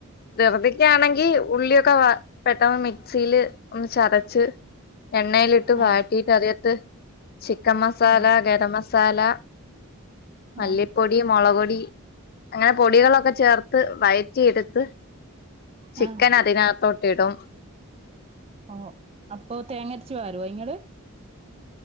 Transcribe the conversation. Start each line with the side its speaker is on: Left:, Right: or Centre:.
Left: ദെർബിക്ക ആണെങ്കി ഉള്ളിയൊക്കെ വാ പെട്ടെന്ന് മിക്സീൽ ഒന്ന് ചതച്ച് എണ്ണെൽ ഇ ട്ട് വാട്ടിട്ട്
Right: ആഹ്
Left: അതിയെത്ത് ചിക്കെൻ മസാല,
Right: ആഹ്
Left: ഗര മസാല മല്ലിപ്പൊടി
Right: ആഹ്
Left: മൊളക് പൊടി അങ്ങനെ പൊടികളൊക്കെ ചേർത്ത് വയറ്റി എട്ത്ത് ചിക്കെൻ
Right: ആഹ്
Left: അതിന് അക ത്തോട്ട് ഇടും
Right: ഓഹ് അപ്പോ തേങ്ങ അര്ച്ച് പാരോ ഇങ്ങെൾ